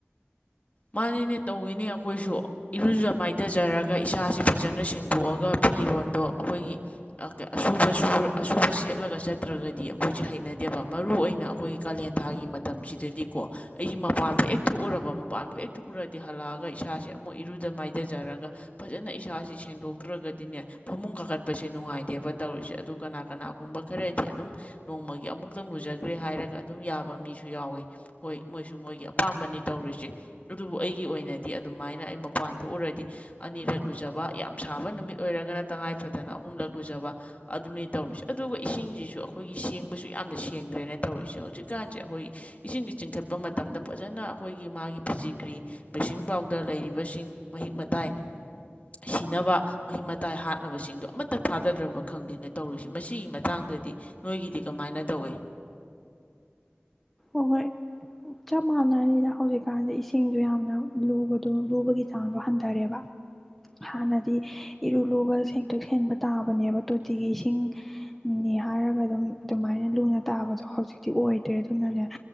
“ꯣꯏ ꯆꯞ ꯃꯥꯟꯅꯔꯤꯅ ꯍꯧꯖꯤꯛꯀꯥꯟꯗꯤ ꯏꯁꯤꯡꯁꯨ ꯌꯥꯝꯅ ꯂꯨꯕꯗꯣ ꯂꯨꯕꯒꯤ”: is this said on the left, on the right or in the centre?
Centre